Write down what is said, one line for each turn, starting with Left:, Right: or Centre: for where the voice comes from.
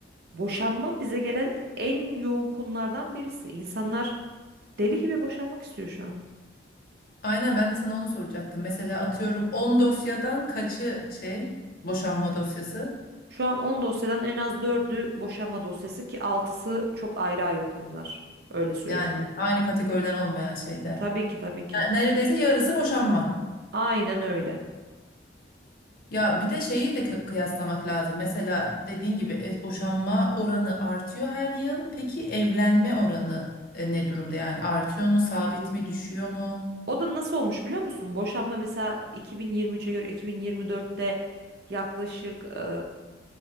Right: boşanma bize gelen en yoğun konulardan birisi. İnsanlar deli gibi boşanmak istiyor şu an.
Left: Aynen ben de sana onu soracaktım. Mesela atıyorum 10 dosyadan kaçı şey boşanma dosyası?
Right: Şu an 10 dosyadan en az dördü boşanma dosyası ki altısı çok ayrı ayrı konular. Öyle söyleyeyim.
Left: Yani aynı kategoriden olmayan şeyler.
Right: Tabii ki tabii ki.
Left: Yani Neredeyse yarısı boşanma.
Right: Aynen öyle.
Left: Ya bir de şeyi de kı- kıyaslamak lazım. Mesela dediğin gibi e, boşanma oranı artıyor her yıl. Peki evlenme oranı e, ne durumda? Yani artıyor mu, sabit mi, düşüyor mu?
Right: O da nasıl olmuş biliyor musun? Boşanma mesela 2023'e göre 2024'te yaklaşık eee